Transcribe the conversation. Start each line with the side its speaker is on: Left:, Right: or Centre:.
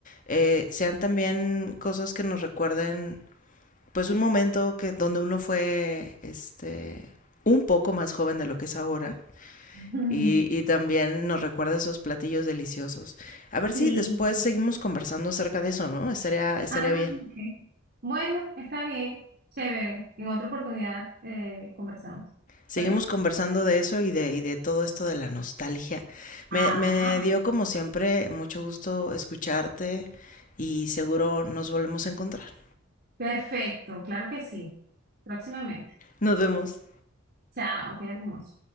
Left: eh, sean también cosas que nos recuerden pues un momento que donde uno fue este un poco más joven de lo que es ahora
Right: Ujú.
Left: y, y también nos recuerda esos platillos deliciosos. A ver si
Right: Sí.
Left: después seguimos conversando acerca de eso, ¿no? Estaría, estaría
Right: Ah,
Left: bien.
Right: ok. Bueno, está bien, chévere. En otra oportunidad eh, conversamos.
Left: Seguimos
Right: ¿Parece?
Left: conversando de eso y de, y de todo esto de la nostalgia. Me,
Right: Ah,
Left: me dio como siempre mucho gusto escucharte y seguro nos volvemos a encontrar.
Right: perfecto, claro que sí. Próximamente.
Left: Nos vemos.
Right: Chao, cuídate mucho.